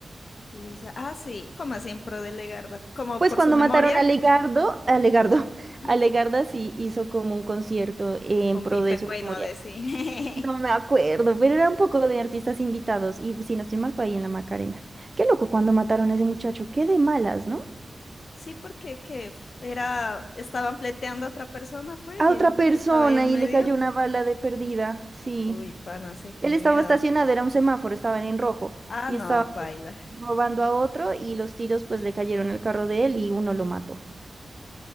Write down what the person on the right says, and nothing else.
Pues
cuando
mataron a Legardo, a Legardo, <laughs>
a Legarda sí hizo como un concierto en
pro
de su
memoria.
No me acuerdo, pero era un poco de artistas invitados y si no estoy mal fue ahí en la Macarena. Qué loco cuando mataron a ese muchacho, qué de malas, ¿no?
A
otra
persona
y
le cayó una bala de perdida, sí.
Él
estaba estacionado, era un semáforo, estaban en rojo
y
estaba pues,
robando a otro y los tiros pues le cayeron al carro de él y uno lo mató.